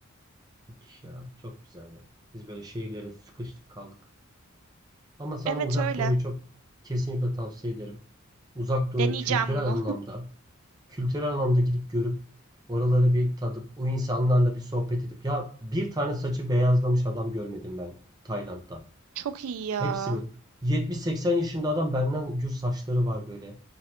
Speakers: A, on the right (about 20°); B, on the right (about 85°).
A: Müthiş ya. Çok güzel ya. Biz böyle şehirlere sıkıştık kaldık. Ama sana
B: Evet
A: Uzak
B: öyle.
A: Doğu'yu çok kesinlikle tavsiye ederim. Uzak Doğu
B: Deneyeceğim
A: kültürel
B: bunu.
A: anlamda
B: <laughs>
A: kültürel anlamda gidip görüp oraları bir tadıp o insanlarla bir sohbet edip ya bir tane saçı beyazlamış adam görmedim ben Tayland'da.
B: Çok iyi ya.
A: Hepsi böyle 70-80 yaşında adam benden gür saçları var böyle.